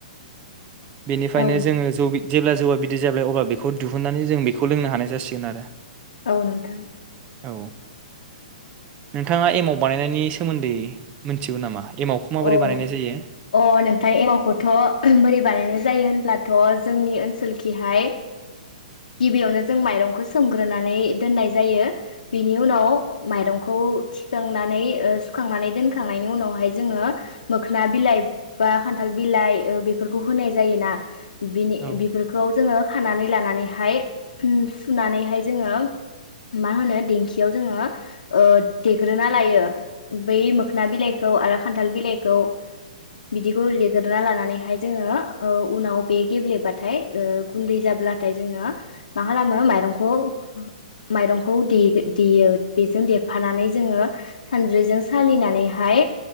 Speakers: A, on the right; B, on the left.
A: बेनिखायनो
B: औ
A: जोङो जौ बि जेब्ला <unintelligible> जौवा बिदि जाबाय अब्ला बेखौ दिहुननानै जों बेखौ लोंनो हानाय जासिगोन आरो
B: औ नोंथां
A: औ नोंथाङा एमाव बानायनायनि सोमोनदै मिथिगौ नामा? एमावखौ माबोरै
B: अ
A: बानायनाय जायो
B: अ नोंथां एमावखौथ' बोरै बानायनाय जायो होनब्लाथ' जोंनि ओनसोलखिहाय गिबियावनो जों माइरंखौ सोमग्रोनानै दोननाय जायो बेनि उनाव माइरंखौ थिखांनानै ओ सुखांनानै दोनखांनायनि उनावहाय जोङो मोखोना बिलाइ बा खान्थाल बिलाइ बेफोरखौ होनाय जायोना बिनि
A: औ
B: बेफोरखौ जोङो खानानै लानानै हाय उम सुनानैहाय जोङो मा होनो दिंखियाव जोङो ओ देग्रोना लायो बै मोखना बिलाइखौ आरो खानथाल बिलाइखौ बिदिखौ देग्रोना लानानैहाय जोङो ओ उनाव बे गेब्लेबाथाय गुन्दै जाब्लाथाय जोङो मा खालामो माइरंखौ माइरंखौ दे देयो बेजों देफानानै जोङो सानज्रिजों सालिनानैहाय